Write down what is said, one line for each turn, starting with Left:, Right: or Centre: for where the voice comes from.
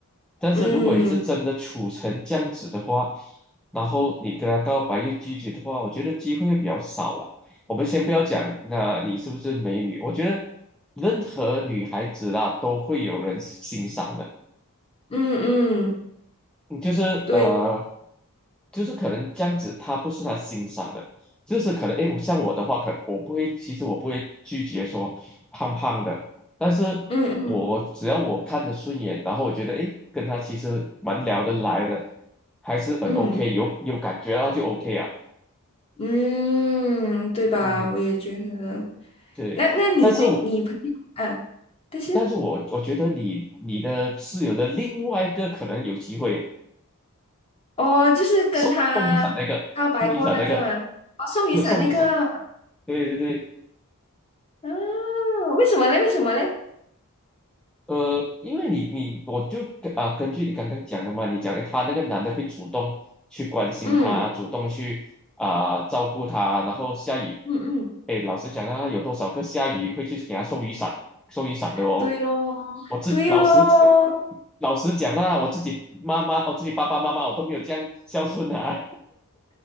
Centre: 但是如果你是真的处成这样子的话，
Left: 嗯
Centre: 然后你跟他告白又拒绝的话，我觉得机会会比较少了。我们先不要讲，那你是不是美女？我觉得任何女孩子啦都会有人欣赏的。
Left: 嗯嗯，
Centre: 嗯就是呃，
Left: 对，
Centre: 就是可能这样子，他不是他欣赏的，就是可能诶，我像我的话，可能我不会，其实我不会拒绝说胖胖的，但是
Left: 嗯嗯
Centre: 我只要我看着顺眼，然后我觉得诶，跟他其实蛮聊得来的，还是很
Left: 嗯
Centre: OK，有有感觉到就 OK 啊，
Left: 嗯，对吧？
Centre: 嗯，
Left: 我也觉得。
Centre: 对，
Left: 那那你呢？
Centre: 但是我
Left: 你朋友啊，但是。
Centre: 但是我我觉得你你的室友的另外一个可能有机会
Left: 哦，就是跟他告白过那个吗？
Centre: 送送雨伞那个送雨伞那个，
Left: 哦，送雨伞那个。
Centre: 不是送雨伞，对对对。
Left: 嗯，为什么嘞？为什么嘞？
Centre: 呃，因为你你我就呃啊、根据你刚刚讲的嘛，你讲诶他那个男的会主动去关心他，
Left: 嗯
Centre: 主动去啊、照顾他，然后下雨，
Left: 嗯嗯，
Centre: 哎，老实讲啊，有多少个下雨会去给他送雨伞、送雨伞的哦？
Left: 对咯，
Centre: 我自老实讲
Left: 对咯，
Centre: 老实讲啊，我自己妈妈，我自己爸爸妈妈，我都没有这样孝顺啊。